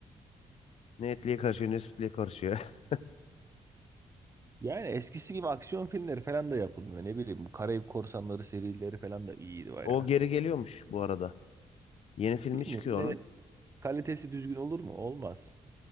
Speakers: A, on the left; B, on the right.
A: Ne etliye karışıyor ne sütlüye karışıyor. <laughs>
B: yani eskisi gibi aksiyon filmleri falan da yapılmıyor. Ne bileyim bu Karayip Korsanları serileri falan da iyiydi bayağı.
A: O geri geliyormuş bu arada. Yeni filmi
B: Bilmiyorum
A: çıkıyor
B: yine
A: onun.
B: kalitesi düzgün olur mu? Olmaz.